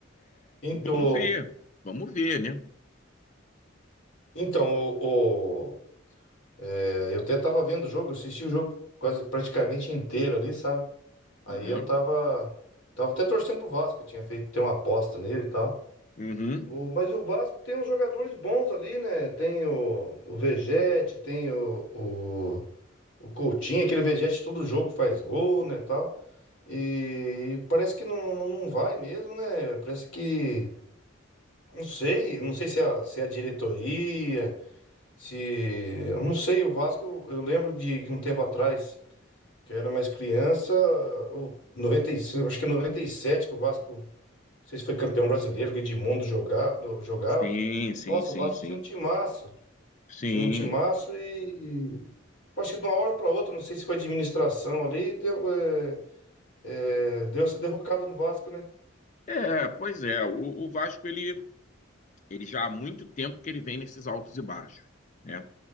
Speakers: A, on the left; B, on the left.
A: En- o-
B: vamos ver, vamos ver, né?
A: Então, o, o- é, eu até tava vendo o jogo, eu assisti o jogo quase praticamente inteiro ali, sabe? Aí
B: Aham.
A: eu tava, tava até torcendo pro Vasco, eu tinha feito ter uma aposta nele e tal.
B: Uhum.
A: O- mas o Vasco tem uns jogadores bons ali, né? Tem o, o Vegetti, tem o, O Coutinho, aquele vegete, todo jogo faz gol, né, tal. E parece que não, não, não vai mesmo, né? Parece que. Não sei, não sei se é a, se é a diretoria, se. Eu não sei, o Vasco, eu lembro de que um tempo atrás, que eu era mais criança, o 95 acho que em 97 que o Vasco, não sei se foi campeão brasileiro, que o Edmundo joga- jogava.
B: Sim, sim,
A: Nossa,
B: sim,
A: o Vasco
B: sim.
A: tinha um timaço.
B: Sim.
A: Tinha um timaço e Tipo, Acho que de uma hora para outra, não sei se foi administração ali, deu, é, é, deu essa derrocada no Vasco, né?
B: É, pois é, o, o Vasco, ele, ele já há muito tempo que ele vem nesses altos e baixos, né?